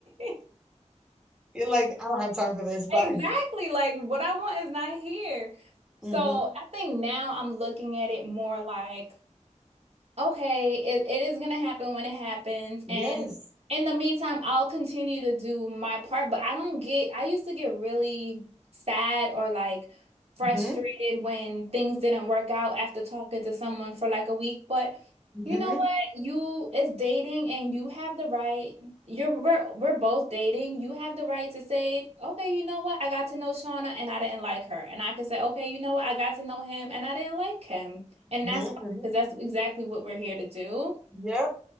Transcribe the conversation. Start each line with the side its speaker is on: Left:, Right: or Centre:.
Right: <laughs>
Centre: You're like, I don't have time for this. Bye.
Right: Exactly. Like what I want is not here.
Centre: Mm-hmm.
Right: So I think now I'm looking at it more like, Okay, it, it is gonna happen when it happens.
Centre: Yes.
Right: And in the meantime, I'll continue to do my part, but I don't get, I used to get really sad or like frustrated
Centre: Mm-hmm.
Right: when things didn't work out after talking to someone for like a week. But
Centre: Mm-hmm.
Right: you know what? You, it's dating and you have the right, you're, we're, we're both dating. You have the right to say, okay, you know what? I got to know Shauna and I didn't like her. And I can say, okay, you know what? I got to know him and I didn't like him. And
Centre: Mm-hmm.
Right: that's because that's exactly what we're here to do.
Centre: mm